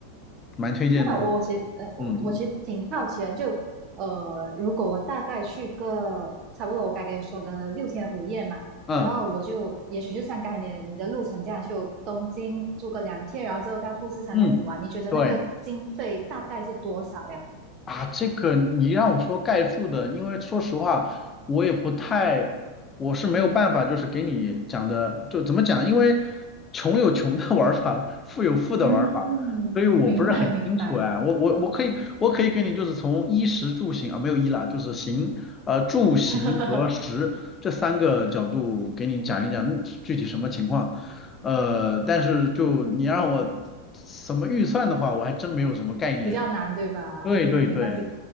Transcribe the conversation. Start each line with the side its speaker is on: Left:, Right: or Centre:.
Left: 蛮推荐的哦。
Right: 那我其实呃，我我其实挺好奇的，
Left: 嗯嗯
Right: 就呃，如果我大概去个差不多我该跟你说的六天五夜嘛，
Left: 嗯
Right: 然后我就也许就像刚才你的你的路程这样，就东京住个两天，然后之后到富士山这样子玩，
Left: 嗯，
Right: 你觉得那个经费大概是多少呀？
Left: 对。啊，这个你让我说概述的，因为说实话，我也不太，我是没有办法，就是给你讲的，就怎么讲，因为穷有穷的 <laughs> 玩法，富有富的玩法，
Right: 嗯，
Left: 所以我不是很清楚哎，
Right: 明白明白，
Left: 我我我可以我可以给你就是从衣食住行啊，没有衣啦，就是行，呃住行和食这三个角度给你讲一讲具体什么情况，
Right: <laughs>
Left: 呃，但是就你让我什么预算的话，我还真没有什么概念，
Right: 比较难对吧？
Left: 对对对。
Right: 嗯，没关系。